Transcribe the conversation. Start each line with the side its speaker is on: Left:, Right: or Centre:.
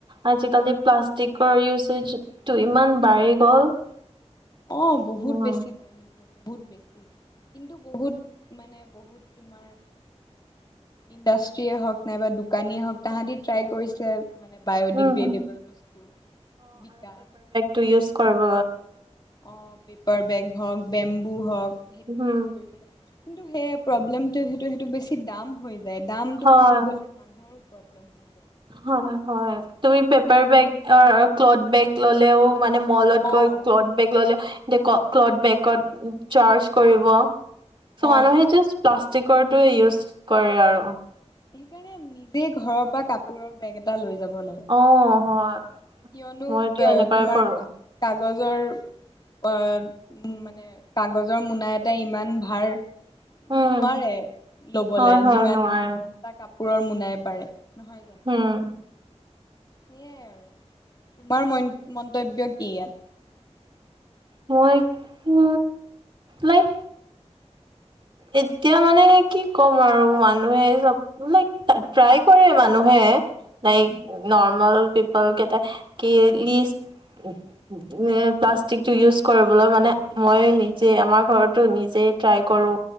Right: আজিকালি প্লাষ্টিকৰ ইউচেজটো ইমান বাঢ়ি গ'ল। <unintelligible>
Left: অ বহুত
Right: উম,
Left: বেছি <inaudible> বহুত বেছি, কিন্তু বহুত মানে বহুত তোমাৰ ইণ্ডাষ্ট্ৰে হওক নাই বা দোকানীয়ে হওক তাহাঁতি ট্ৰাই কৰিছে মানে বায়'ডিগ্ৰেডেবল
Right: উম
Left: বস্তু বিকা।
Right: টো ইউজ কৰিব।
Left: অ পেপাৰ বেগ হওক, বেম্বু হওক সেইটো
Right: উম,
Left: ইউজ কৰিব লাগে। কিন্তু সেই প্ৰব্লেমটো সেইটো সেইটো বেছি দাম হৈ যায় দামতটো
Right: হয়।
Left: বাঢ়ি গলে মানুহৰো প্ৰব্লেম হয়।
Right: হয় হয় তুমি পেপাৰ বেগ ক্লথ বেগ ললেও মানে মলত
Left: অ
Right: গৈ ক্লথ বেগ ললে যে ক্লথ বেগত চাৰ্জ কৰিব। চ মানুহে
Left: অ
Right: জাষ্ট প্লাষ্টিকৰটয়ে ইউজ কৰে আৰু।
Left: সেইকাৰণে নিজে ঘৰৰ পৰা কাপোৰৰ বেগ এটা লৈ যাব লাগে।
Right: অ হয়।
Left: কিয়নো
Right: মইতো
Left: এ
Right: এনেকুৱাই
Left: তোমাৰ
Right: কৰোঁ।
Left: কাগজৰ আ উ মানে কাগজৰ মোনা এটা ইমান ভাৰ।
Right: উম,
Left: নোৱাৰে লবলে
Right: হয় হয়
Left: যিমান
Right: নোৱাৰে
Left: তাৰ কাপোৰৰ মোনাই পাৰে। নহয় জানো
Right: উম।
Left: সেইয়াই আৰু, তোমাৰ মন্ত মন্তব্য কি ইয়াত?
Right: মই টো লাইক এতিয়া মানে কি ক'ম আৰু মানুহে চব লাইক ট্ৰাই কৰে মানুহে, লাইক
Left: হম হম
Right: নৰ্মেল <unintelligible> এ প্লাষ্টিকটো ইউজ কৰিবলৈ মানে মই নিজে আমাৰ ঘৰতো নিজে ট্ৰাই কৰো।